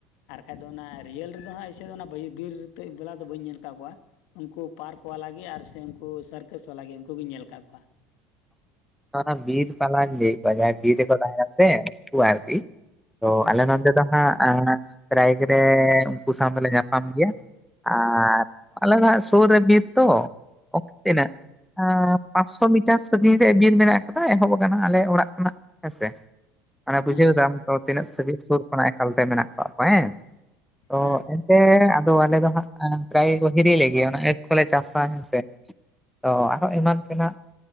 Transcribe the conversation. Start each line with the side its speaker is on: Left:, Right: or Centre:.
Left: ᱟᱨ ᱠᱷᱟᱡ ᱫᱚ ᱚᱱᱟ ᱨᱤᱭᱮᱞ ᱨᱮᱫᱚ ᱦᱟᱸᱜ ᱮᱭᱥᱮ ᱚᱱᱟ ᱵᱤᱨ ᱛᱮᱜ ᱵᱮᱞᱟᱫᱚ ᱵᱟᱹᱧ ᱧᱮᱞ ᱠᱟᱜ ᱠᱚᱣᱟ᱾ ᱩᱝᱠᱩ ᱯᱟᱨᱠ ᱣᱟᱞᱟ ᱟᱨ ᱥᱮ ᱩᱝᱠᱩ ᱥᱟᱨᱠᱟᱥ ᱣᱟᱞᱟ ᱩᱝᱠᱩ ᱜᱤᱧ ᱧᱮᱞ ᱠᱟᱜ ᱠᱚᱣᱟ ᱾
Centre: ᱚᱱᱟ ᱵᱤᱨ ᱵᱟᱞᱟ ᱞᱟᱹᱭᱮᱜ ᱠᱚᱣᱟ ᱡᱟᱭᱟᱭ ᱵᱤᱨ ᱨᱮ ᱠᱚ ᱛᱟᱦᱮᱱᱟ ᱥᱮ ᱠᱚ ᱟᱨᱠᱤ ᱛᱚ
Left: ᱦᱮᱸ
Centre: ᱟᱞᱮ ᱱᱚᱸᱰᱮ ᱫᱚ ᱦᱟᱸᱜ ᱮᱸ ᱯᱨᱟᱭ ᱜᱮᱨᱮ ᱠᱩ ᱥᱟᱶ ᱛᱮᱞᱮ ᱧᱟᱯᱟᱢ ᱜᱮᱭᱟ, ᱟᱨ ᱟᱞᱮ ᱫᱚ ᱦᱟᱸᱜ ᱥᱩᱨ ᱨᱮ ᱵᱤᱨ ᱛᱚ ᱚᱠ ᱴᱤᱱᱟᱹᱜ ᱮᱸ ᱯᱟᱸᱪᱥᱚ ᱢᱤ ᱪᱟᱥ ᱥᱟᱺᱜᱤᱧ ᱨᱮ ᱵᱤᱨ ᱢᱮᱱᱟᱜ ᱠᱟᱫᱟ ᱮᱦᱚᱵ ᱠᱟᱱᱟ ᱟᱞᱮ ᱚᱲᱟᱜ ᱠᱷᱚᱱᱟᱜ ᱦᱮᱸ ᱥᱮ᱾ ᱢᱟᱱᱮ ᱵᱩᱡᱷᱟᱹᱣ
Left: ᱦᱮᱸ
Centre: ᱫᱟᱢ ᱛᱚ ᱛᱤᱱᱟᱹᱜ ᱥᱟᱹᱜᱤ ᱥᱩᱨ ᱠᱷᱚᱱ ᱟᱜ ᱮᱠᱟᱞ ᱛᱮ ᱢᱮᱱᱟᱜ ᱠᱟᱜ ᱠᱚᱣᱟ ᱦᱮᱸ᱾ ᱛᱚ
Left: ᱦᱮᱸ
Centre: ᱮ ᱛᱮ ᱟᱫᱚ ᱟᱞᱮ ᱫᱚ ᱦᱟᱸᱜ ᱟᱸ ᱯᱨᱟᱭ ᱠᱚ ᱦᱤᱨᱤ ᱞᱮᱜᱮ ᱚᱱᱟ ᱟᱸᱠ ᱠᱚᱞᱮ ᱪᱟᱥᱟ ᱦᱮᱸᱥᱮ ᱾ ᱛᱚ ᱟᱨᱦᱚᱸ ᱮᱢᱟᱱ ᱛᱮᱱᱟᱜ